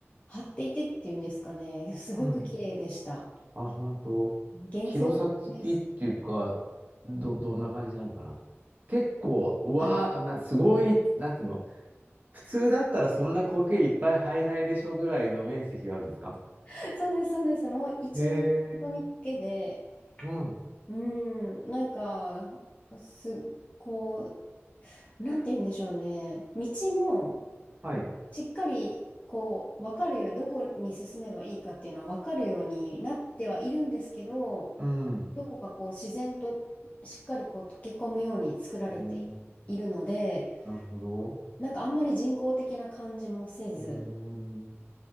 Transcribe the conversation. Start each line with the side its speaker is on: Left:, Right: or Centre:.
Left: 張っていてっていうんですかね、いやすごく綺麗でした。
Right: うん。あ、本当。
Left: 幻想的です。
Right: 広さ的っていうか、ど、どんな感じなのかな。結構、うわあ、
Left: はい。
Right: な、すごい、なんていうの、普通だったらそんな苔いっぱい生えないでしょぐらいの面積があるんですか
Left: <laughs> そうです、そうです。もう一面本当に苔で、
Right: へえ、うん。
Left: うん、なんか、す、こう、なんて言うんでしょうね。道も、
Right: はい。
Left: しっかりこう分かるようにどこに進めばいいかっていうのは分かるようになってはいるんですけど
Right: うん。
Left: どこかこう自然としっかりこう溶け込むように作られているので
Right: おー、なるほど。
Left: なんかあんまり人工的な感じもせず
Right: うーん。